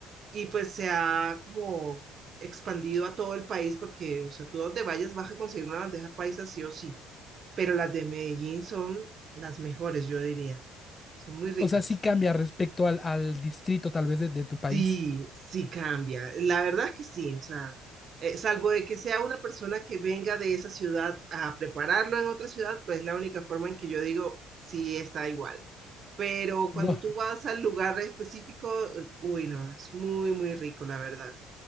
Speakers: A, on the right (about 40°); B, on the left (about 20°).
A: y pues se ha como expandido a todo el país porque, o sea, tú donde vayas vas a conseguir una bandeja paisa sí o sí, pero las de Medellín son las mejores, yo diría, son muy ricas.
B: O sea, sí cambia respecto al, al distrito tal vez de, de tu país.
A: Sí, sí cambia. La verdad es que sí, o sea, eh, salvo de que sea una persona que venga de esa ciudad a prepararlo en otra ciudad, pues es la única forma en que yo digo, sí está igual. Pero cuando
B: Guau,
A: tú vas al lugar específico, eh, uy, no, es muy, muy rico, la verdad.